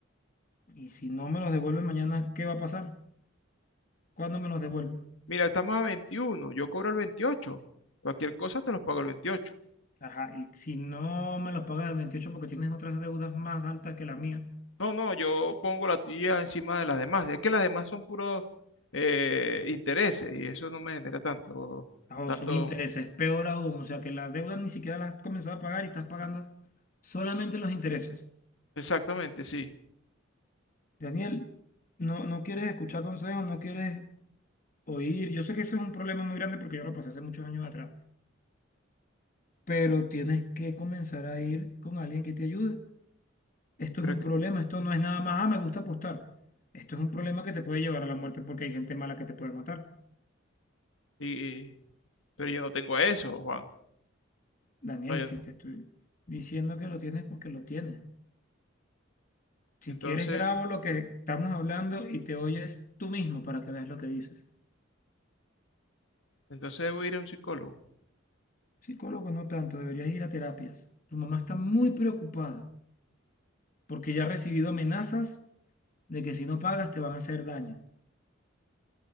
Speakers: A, on the left; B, on the left.
A: Y si no me los devuelven mañana, ¿qué va a pasar? ¿Cuándo me los devuelven?
B: Mira, estamos a veintiuno yo cobro el veintiocho Cualquier cosa te los pago el veintiocho
A: Ajá, y si no me los pagas el 28, porque tienes otras deudas más altas que la mía,
B: No, no, yo pongo la tuya encima de las demás. Es que las demás son puros eh, intereses y eso no me genera tanto,
A: ah,
B: tanto,
A: o son intereses, peor aún, o sea que la deuda ni siquiera la has comenzado a pagar y estás pagando solamente los intereses.
B: exactamente, sí.
A: Daniel, no, no quieres escuchar consejos, no quieres oír. Yo sé que eso es un problema muy grande porque yo lo pasé hace muchos años atrás, pero tienes que comenzar a ir con alguien que te ayude. Esto
B: Pero
A: es un
B: es que,
A: problema, esto no es nada más, ah, me gusta apostar. Esto es un problema que te puede llevar a la muerte porque hay gente mala que te puede matar.
B: y, y- pero yo no tengo eso, Juan.
A: Daniel,
B: Oye,
A: si
B: no.
A: te estoy diciendo que lo tienes, porque lo tienes. Si
B: entonces,
A: quieres, grabo lo que estamos hablando y te oyes tú mismo para que veas lo que dices.
B: entonces debo ir a un psicólogo.
A: Psicólogo, no tanto, deberías ir a terapias. Tu mamá está muy preocupada porque ya ha recibido amenazas de que si no pagas te van a hacer daño.